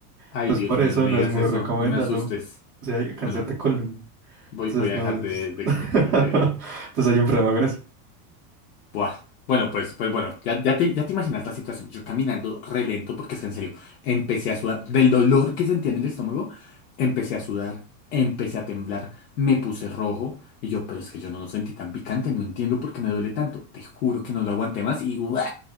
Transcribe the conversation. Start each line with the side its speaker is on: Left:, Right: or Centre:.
Left: Ay,
Right: Entonces,
Left: Dios
Right: por
Left: mío,
Right: eso
Left: no me
Right: no
Left: digas
Right: es muy
Left: eso,
Right: recomendado.
Left: no me asustes.
Right: O sea, hay cáncer
Left: Bueno,
Right: de colon.
Left: voy,
Right: Entonces,
Left: voy a
Right: no
Left: dejar
Right: es.
Left: de, de
Right: <laughs>
Left: comer picante, ¿eh?
Right: Entonces, hay un problema con eso.
Left: Buah. Bueno, pues, pues bueno, ya, ya te, ya te imaginas la situación. Yo caminando re lento, porque es que en serio, empecé a sudar. Del dolor que sentía en el estómago, empecé a sudar, empecé a temblar, me puse rojo. Y yo, pero es que yo no lo sentí tan picante, no entiendo por qué me duele tanto. Te juro que no lo aguanté más y ¡buah!